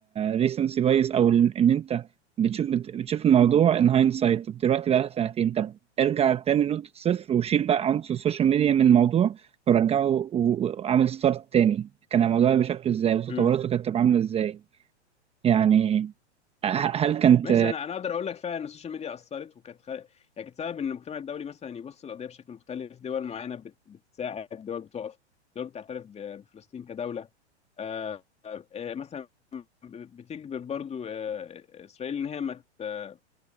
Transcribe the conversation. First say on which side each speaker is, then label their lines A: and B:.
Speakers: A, on the right (about 15°); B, on the left (about 20°).
A: ريسنسي بايس او ال- ان انت بتشوف بت- بتشوف الموضوع ان هايند سايت طب دلوقتي بقى لها سنتين طب ارجع تاني لنقطه صفر وشيل بقى عنصر السوشيال ميديا من الموضوع ورجعه و- و- وعمل ستارت تاني كان الموضوع بشكل ازاي وتطوراته
B: آه
A: كانت تبقى عامله ازاي يعني ه- هل كانت
B: ماشي انا انا اقدر اقول لك فعلا ان السوشيال ميديا اثرت وكانت خ... يعني كانت سبب ان المجتمع الدولي مثلا يبص للقضيه بشكل مختلف دول معينه بت... بتساعد دول بتقف دول بتعترف ب- بفلسطين كدوله آه، آه، مثلا ب- بتجبر برضو آه، اسرائيل ان هي ما ت-